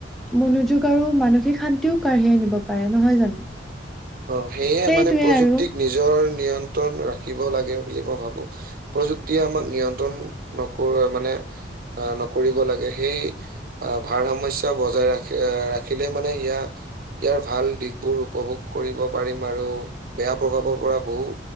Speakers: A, in the centre; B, on the right.
A: মনোযোগ আৰু মানসিক শান্তিও কাঢ়িয়াই আনিব পাৰে নহয় জানো?
B: অ' সেয়ে
A: সেইটোৱে
B: মানে প্ৰযুক্তিক
A: আৰু
B: নিজৰ নিয়ন্ত্ৰণ ৰাখিব লাগে বুলি মই ভাবো। প্ৰযুক্তিয়ে আমাক নিয়ন্ত্ৰণ নকৰে মানে আহ, নকৰিব লাগে সেই আ, ভাৰ সমস্যা বজাই ৰাখি, ৰাখিলে মানে ইয়া ইয়াৰ ভাল দিশবোৰ উপভোগ কৰিব পাৰিম আৰু বেয়া প্ৰভাৱৰ পৰা বহু